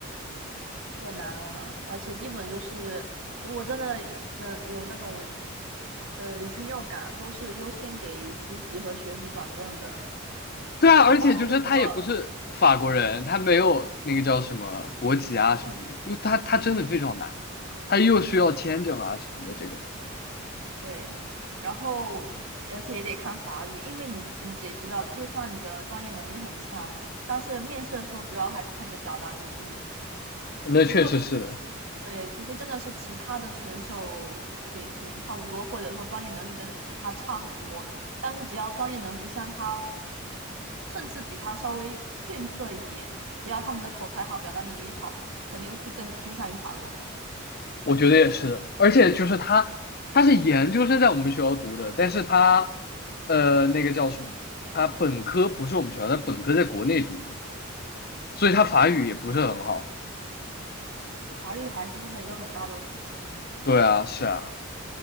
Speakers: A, on the right; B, on the left.
A: 特难啊，而且基本就是，如果真的能有那种呃虚尿感，都是优先给实习和学徒转正的。
B: 对啊，而且就是他也不是法国人，
A: 然后如果
B: 他没有那个叫什么国籍啊什么的，就他他真的非常难，他又需要签证啊什么的，这个
A: 对，然后而且也得看法语，因为你你得知道，就算你的专业能力很强，但是面试的时候主要还是看你的表达能力。
B: 那确实是的。
A: 如果除非对，除非真的是其他的选手水平差不多，或者说专业能力真的比他差很多，但是只要专业能力相差，甚至比他稍微逊色一点，只要他们的口才好、表达能力好，肯定会更偏向于法国人。
B: 我觉得也是，而且就是他，他是研究生在我们学校读的，但是他，呃，那个叫什么？他本科不是我们学校，他本科在国内读的，所以他法语也不是很好。
A: 法律还是真的一个很大的问题。
B: 对啊，是啊，